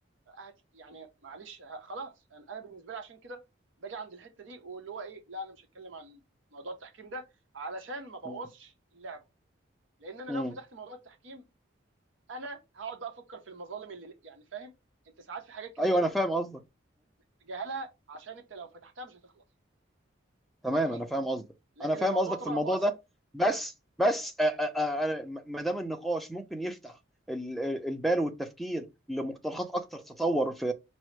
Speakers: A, on the right; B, in the centre.
A: هت يعني معلش ه- خلاص يعني انا بالنسبه لي عشان كده باجي عند الحته دي واللي هو ايه لا انا مش هتكلم عن موضوع التحكيم ده علشان ما بوظش
B: مم.
A: اللعبه لان انا
B: مم.
A: لو فتحت موضوع التحكيم انا هقعد بقى افكر في المظالم اللي يعني فاهم انت ساعات في حاجات كده
B: ايوه
A: ايه
B: انا فاهم قصدك
A: تجاهلها عشان انت لو فتحتها مش هتخلص
B: تمام
A: فاهمني
B: انا فاهم قصدك
A: لكن
B: انا فاهم
A: الموضوع
B: قصدك
A: طبعا
B: في الموضوع
A: مؤثر
B: ده بس بس آ- آ- آ- ما دام النقاش ممكن يفتح ال- ال- البال والتفكير لمقترحات اكتر تطور في